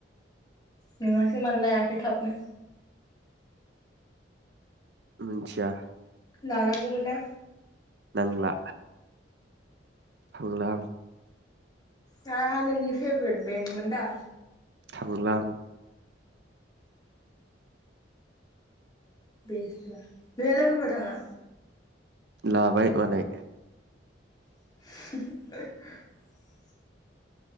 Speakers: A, on the left; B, on the right.
A: नोङासो मानो लायाखै थाबनो
B: मोनथिया
A: लानांगौमोन ना
B: नांला थांला आं
A: जाहा नोंनि फेभरेट बेन्डमोन दा?
B: थांलां
A: बेसरा नोंहा लोगोफोरा थाङा
B: लाबाय मालाय
A: <unintelligible>